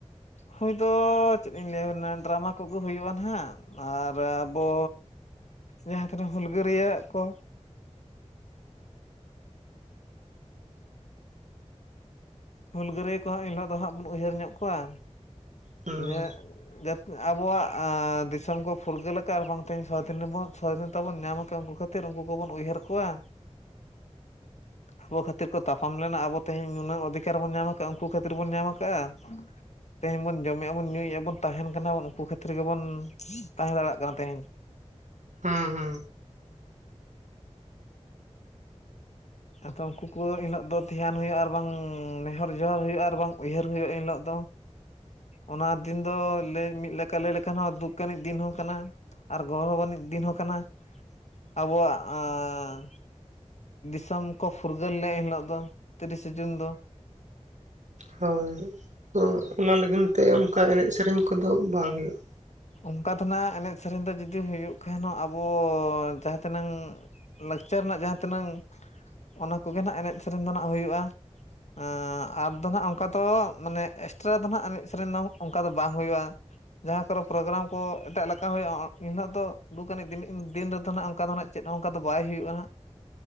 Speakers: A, on the left; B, on the right.
A: ᱦᱩᱭ ᱫᱚ ᱪᱮᱫ ᱤᱧ ᱞᱟᱹᱭᱟᱵᱱᱟ ᱰᱨᱟᱢᱟ ᱠᱚ ᱜᱩ ᱦᱩᱭᱩᱜᱼᱟ ᱱᱟᱸᱜ ᱟᱨ ᱟᱵᱚ ᱡᱟᱦᱟᱸ ᱛᱤᱱᱟᱹᱜ ᱦᱩᱞ ᱜᱟᱹᱨᱤᱭᱟᱹ ᱟᱜ ᱠᱚ ᱯᱷᱩᱞᱜᱟᱹᱨᱭᱟᱹ ᱠᱚᱦᱟᱸᱜ ᱮᱱᱦᱤᱞᱳᱜ ᱫᱚ ᱦᱟᱸᱜ ᱵᱚᱱ ᱩᱭᱦᱟᱹᱨ ᱧᱚᱜ ᱠᱚᱣᱟ
B: ᱦᱩᱸ
A: ᱡᱮ ᱡᱟ ᱟᱵᱚᱣᱟᱜ ᱫᱤᱥᱚᱢ ᱠᱚ ᱯᱷᱩᱨᱜᱟᱹᱞ ᱟᱠᱟᱫ ᱟᱨ ᱵᱟᱝ ᱛᱮᱦᱮᱧ ᱥᱟᱛᱤᱱ ᱵᱚᱱ ᱥᱟᱫᱷᱤᱱᱚᱛᱟ ᱵᱚᱱ ᱧᱟᱢ ᱟᱠᱟᱫ ᱩᱱᱠᱩ ᱠᱷᱟᱹᱛᱤᱨ ᱛᱤᱨ ᱩᱱᱠᱩ ᱠᱚᱵᱚᱱ ᱩᱭᱦᱭᱟᱹᱨ ᱠᱚᱣᱟ ᱟᱵᱚ ᱠᱷᱟᱹᱛᱤᱨ ᱠᱚ ᱛᱟᱯᱟᱢ ᱞᱮᱱᱟ ᱟᱵᱚ ᱛᱮᱦᱮᱧ ᱱᱩᱱᱟᱹᱜ ᱚᱫᱷᱤᱠ ᱠᱟᱨ ᱵᱚᱱ ᱧᱟᱢ ᱠᱟᱜᱼᱟ ᱩᱱᱠᱩ ᱠᱷᱟᱹᱛᱤᱨ ᱵᱚᱱ ᱧᱟᱢ ᱠᱟᱜᱼᱟ ᱛᱮᱦᱮᱧ ᱵᱚᱱ ᱡᱚᱢᱮᱫᱼᱟ ᱵᱚᱱ ᱧᱩᱭᱮᱫᱼᱟ ᱵᱚᱱ ᱛᱟᱦᱮᱱ ᱠᱟᱱᱟ ᱵᱚᱱ ᱩᱱᱠᱩ ᱠᱷᱟᱛᱤᱨ ᱜᱮᱵᱚᱱ ᱛᱟᱦᱮᱸ ᱫᱟᱲᱮᱭᱟᱜ ᱠᱟᱱᱟ ᱛᱟᱦᱮᱸᱧ
B: ᱦᱩᱸ ᱦᱩ
A: ᱟᱫᱚ ᱩᱱᱠᱩ ᱠᱚ ᱮᱱᱤᱞᱳᱜ ᱫᱚ ᱫᱷᱮᱭᱟᱱ ᱦᱩᱭᱩᱜᱼᱟ ᱟᱨ ᱵᱟᱝ ᱱᱮᱦᱚᱨ ᱡᱚᱦᱟᱨ ᱦᱩᱭᱩᱜᱼᱟ ᱟᱨ ᱵᱟᱝ ᱩᱭᱦᱟᱹᱨ ᱦᱩᱭᱩᱜᱼᱟ ᱤᱱ ᱦᱤᱞᱳᱜ ᱫᱚ ᱚᱱᱟ ᱫᱤᱱ ᱫᱚ ᱞᱟᱹᱭ ᱢᱤᱫ ᱞᱮᱠᱟ ᱞᱟᱹᱭ ᱞᱮᱠᱷᱟᱱ ᱦᱚᱸ ᱫᱩᱠ ᱟᱹᱱᱤᱡ ᱫᱤᱱ ᱦᱚᱸ ᱠᱟᱱᱟ ᱟᱨ ᱜᱚᱨᱚᱵ ᱟᱱᱤᱡᱽ ᱫᱤᱱ ᱦᱚᱸ ᱠᱟᱱᱟ ᱟᱵᱚᱣᱟᱜ ᱟᱸ ᱫᱤᱥᱚᱢ ᱠᱚ ᱯᱷᱩᱨᱜᱟᱹᱞ ᱞᱮᱫ ᱮᱱ ᱦᱤᱞᱳᱜ ᱫᱚ ᱛᱤᱨᱤᱥᱮ ᱡᱩᱱ ᱫᱚ
B: ᱦᱳᱭ ᱛᱚ ᱚᱱᱟ ᱞᱟᱹᱜᱤᱱ ᱛᱮ ᱚᱱᱠᱟ ᱮᱱᱮᱡᱽ ᱥᱮᱨᱮᱧ ᱠᱚ ᱫᱚ ᱵᱟᱝ ᱦᱩᱭᱩᱜᱼᱟ᱾
A: ᱚᱱᱠᱟ ᱫᱚᱱᱟᱜ ᱮᱱᱮᱡᱽ ᱥᱮᱨᱮᱧ ᱫᱚ ᱡᱩᱫᱤ ᱦᱩᱭᱩᱜ ᱠᱷᱟᱱ ᱟᱵᱚ ᱡᱟᱦᱟᱸ ᱛᱤᱱᱟᱹᱝ ᱞᱟᱠᱪᱟᱨ ᱨᱮᱱᱟᱜ ᱡᱟᱦᱟᱸ ᱛᱤᱱᱟᱹᱜ ᱚᱱᱟ ᱠᱚᱜᱮ ᱱᱟᱸᱜ ᱮᱱᱮᱡᱽ ᱥᱮᱨᱮᱧ ᱫᱚ ᱱᱟᱸᱜ ᱦᱩᱭᱩᱜᱼᱟ᱾ ᱟᱸ ᱟᱨ ᱫᱚ ᱦᱟᱸᱜ ᱚᱱᱠᱟ ᱫᱚ ᱢᱟᱱᱮ ᱮᱥᱴᱨᱟ ᱫᱚ ᱦᱟᱸᱜ ᱮᱱᱮᱡᱽ ᱥᱮᱨᱮᱧ ᱫᱚ ᱚᱱᱠᱟ ᱫᱚ ᱵᱟᱝ ᱦᱩᱭᱩᱼᱟ᱾ ᱡᱟᱦᱟᱸ ᱠᱚᱨᱚ ᱯᱨᱳᱜᱨᱟᱢ ᱠᱚ ᱮᱴᱟᱜ ᱞᱮᱠᱟ ᱦᱩᱭᱩᱜᱼᱟ ᱤᱱᱦᱤᱞᱚᱜ ᱫᱚ ᱫᱩᱠᱷ ᱟᱹᱱᱤᱡᱽ ᱫ ᱫᱤᱱ ᱨᱮ ᱫᱚ ᱱᱟᱸᱜ ᱚᱱᱠᱟ ᱫᱚ ᱱᱟᱸᱜ ᱪᱮᱫ ᱚᱱᱠᱟ ᱫᱚ ᱵᱟᱭ ᱦᱩᱭᱩᱜᱼᱟ ᱱᱟᱦᱟᱸᱜ